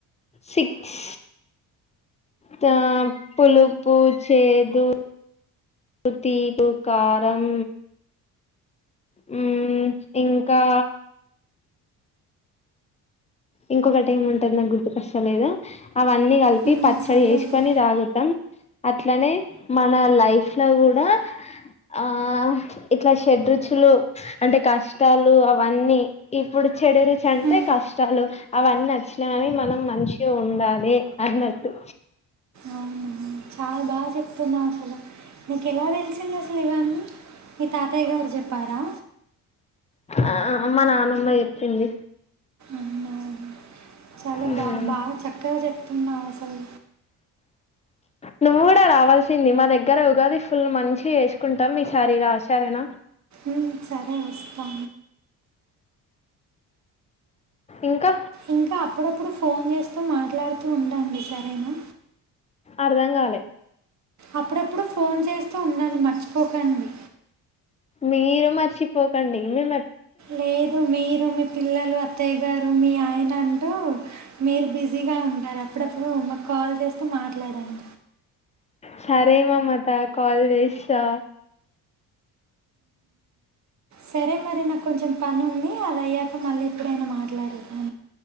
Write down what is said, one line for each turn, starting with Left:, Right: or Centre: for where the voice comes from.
Left: సిక్స్ తా పులుపు, చేదు తీపు, కారం హ్మ్ ఇంకా ఇంకొకటి ఏం ఉంటది నాకు గుర్తుకొస్తా లేదు. అవన్నీ కలిపి
Right: ఉమ్,
Left: పచ్చడి
Right: సరేలే
Left: చేసుకొని తాగుతం. అట్లనే మన లైఫ్ లో కూడా ఆ ఇట్లా షాడ్ రుచులు అంటే కష్టాలు అవన్నీ ఇప్పుడు చెడు రుచి అంటే
Right: ఉమ్,
Left: కష్టాలు అవన్నీ వచ్చిన గాని మనం మంచిగ ఉండాలి అన్నట్టు
Right: అవునువు చాలా బాగా చెప్తున్నావ్ అసలు నీకు ఎలా తెలిసింది అసలు ఇవి అన్ని మీ తాతయ్య గారు చెప్పారా
Left: ఆ మా నానమ్మ చెప్పింది
Right: అవునా చాలా
Left: మ్మ్
Right: బా బాగా చక్కగా చెప్తున్నావు అసలు
Left: నువ్వు కూడా రావాల్సింది మా దగ్గర ఉగాది ఫుల్ మంచి గా చెస్ కుంటాం ఈసారి రా సరేనా
Right: ఉ సరే వస్తా
Left: ఇంకా
Right: ఇంకా అప్పుడప్పుడు ఫోన్ చేస్తూ మాట్లాడుతూ ఉండండి సరేనా
Left: అర్ధాం కాలే
Right: అప్పుడప్పుడు ఫోన్ చేస్తూ ఉన్నాండీ మర్చిపోకండి
Left: మీరు మర్చిపోకండి మేడం
Right: లేదు మీరు మీ పిల్లలు అత్తయ్య గారు మీ ఆయన అంటూ మీరు బిజీగా ఉంటారు అప్పుడప్పుడు నాకు కాల్ చేస్తూ మాట్లాడండి
Left: సారే మమత కాల్ చేస్తా
Right: సరే మరి నాకు కొంచెం పని ఉంది అది అయ్యాక మళ్ళీ ఎప్పుడైనా మాట్లాడుదాం